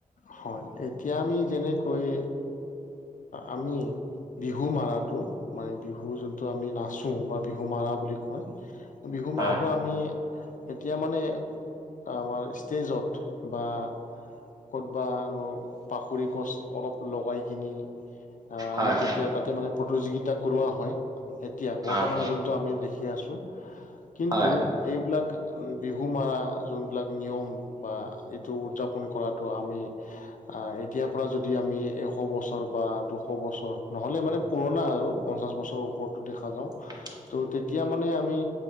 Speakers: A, on the left; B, on the right.
A: হয় এতিয়া আমি যেনেকৈ আমি। বিহু মাৰটো মানে বিহু যোনটো আমি নাচো বা বিহু মাৰা বুলি কয়। বিহু
B: হয়
A: মাৰটো আমি এতিয়া মানে আমাৰ ষ্টেজত বা। ক'বানো পাখৰি গছ অলপ লগাই কিনি। অ
B: হয়
A: আমি তেতিয়া তাতে মানে প্ৰতিযোগিতা কৰোৱা হয়। এতিয়া বৰ্তমানৰ
B: হয়
A: যোনটো আমি দেখি আছো কিন্তু।
B: হয়
A: এইবিলাক বিহু মাৰা যোনবিলাক নিয়ম বা এইটো উদযাপন কৰাত। টো আমি। আহ এতিয়াৰ পৰা যদি আমি এশ বছৰ বা দুশ বছৰ নহ'লে মানে পুৰণা আৰু। পঞ্চাছ বছৰ ওপৰতো দেখা যাওঁ।
B: <inaudible>
A: ত তেতিয়া মানে আমি।